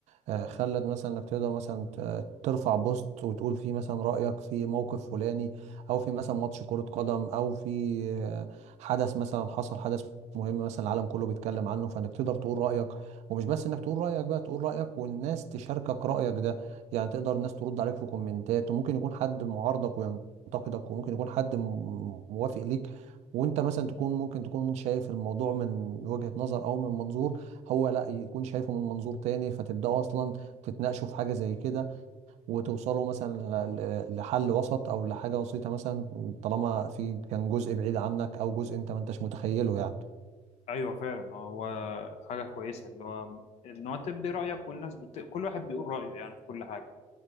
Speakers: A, on the right; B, on the left.
A: آه، خلت مثلا انك تقدر مثلا ت- ترفع بوست وتقول فيه مثلا رأيك في موقف فلاني او في مثلا ماتش كرة قدم او في آه، حدث مثلا حصل حدث مهم مثلا العالم كله بيتكلم عنه فانك تقدر تقول رأيك ومش بس انك تقول رأيك بقى تقول رأيك والناس تشاركك رأيك ده يعني تقدر الناس ترد عليك في كومنتات وممكن يكون حد معارضك وينتقدك وممكن يكون حد م- موافق ليك وانت مثلا تكون ممكن تكون شايف الموضوع من وجهة نظر او من منظور هو لا يكون شايفه من منظور تاني فتبداوا اصلا تتناقشوا في حاجه زي كده وتوصلوا مثلا ل- ل- لحل وسط او لحاجه بسيطه مثلا طالما في كان جزء بعيد عنك او جزء انت ما انتش متخيله يعني
B: ايوه فعلا آه، هو حاجة كويسة اللي هو ان هو تبدي رأيك والناس بت... كل واحد بيقول رأيه يعني في كل حاجة